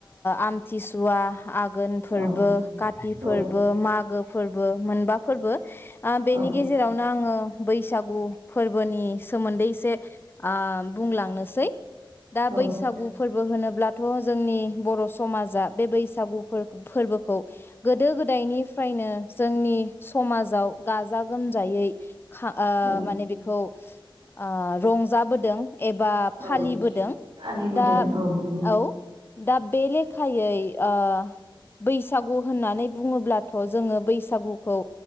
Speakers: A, on the left; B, on the right.
A: आमथिसुवा, आघोन फोरबो,
B: औ
A: काति फोरबो,
B: औ
A: मागो फोरबो मोनबा फोरबो बेनि
B: औ
A: गेजेरावनो आङो बैसागु फोरबोनि सोमोनदै एसे आ बुंलांनोसै दा
B: औ
A: बैसागु फोरबो फोरबो होनोब्लाथ' जोंनि बर' समाजा बे बैसागु फोरबोखौ गोदो गोदायनिफ्रायनो जोंनि समाजाव गाजा गोमजायै खा ओ
B: औ
A: माने बेखौ आ रंजा रंजाबोदों एबा फालिबोदों
B: औ फालिबोदों
A: दा
B: औ नंगौ
A: औ दा बे लेखायै आं बैसा बैसागु होननानै बुङोब्लाथ' जोङो बैसागुखौ